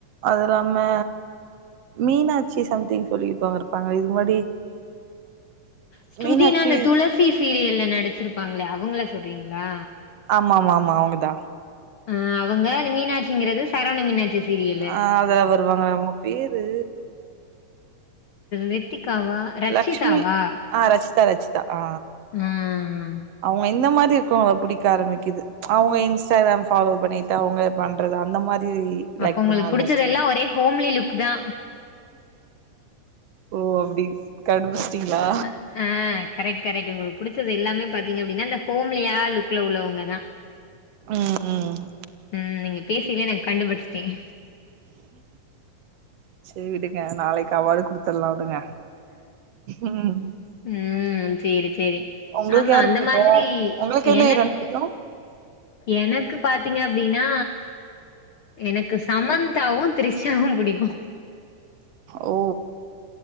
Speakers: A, on the right; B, on the left.
A: அது இல்லாம மீனாட்சி சம்திங் சொல்லி ஒருத்தவங்க இருப்பாங்க இதுக்கு முன்னாடி
B: ஸ்ருதினா
A: மீனாட்சி
B: இந்தந்த துளசி சீரியல்ல நடிச்சிருப்பாங்ளே அவங்கள சொல்றீங்களா
A: ஆமாம்மாமா அவங்கதா
B: ஆ அவங்க அந்த மீனாட்சிங்கிறது சரவண மீனாட்சி சீரியலு
A: ஆ அதல அவருவாங்களே அவங்க பேரு
B: ரெத்திக்காவா ரட்சிதாவா
A: லக்ஷ்மி ஆ ரச்சிதா ரச்சிதா ஆ
B: ம்ம்ம்
A: அவங்க இந்த மாரி இருக்கவங்க புடிக்க ஆரம்பிக்குது அவங்க இன்ஸ்டாகிராம் ஃபாலோ பண்ணிட்டு அவங்க பண்றது அந்த மாரி லைக்
B: அப்ப உங்களுக்கு
A: பண்ண ஆரம்பிச்சிட்டே
B: புடிச்சதெல்லா ஒரே ஹோம்லி லுக் தா
A: ஓ அப்டி கண்டுபுச்சிட்டீங்ளா
B: ஆ ஆ கரெக்ட் கரெக்ட்டு உங்களுக்கு புடிச்சது எல்லாமே பாத்தீங்க அப்டின்னா இந்த ஹோம்லியா லுக்ல உள்ளவங்க தா
A: ம் ம்
B: ம் நீங்க பேசயலே நா கண்டுபுடிச்சிட்டேங்க
A: சேரி விடுங்க நாளைக்கு அவார்டு குடுத்துல்லா விடுங்க ம்
B: ம் சேரி சேரி
A: உங்களுக்கு
B: ஆமா
A: யாரு
B: அந்த
A: புடிக்கு
B: மாதிரி
A: உங்களுக்கு எந்த
B: எனக்
A: ஹீரோயின் புடிக்கு
B: எனக்கு பாத்தீங்க அப்டின்னா எனக்கு சமந்தாவு த்ரிஷாவு புடிக்கு
A: ஓ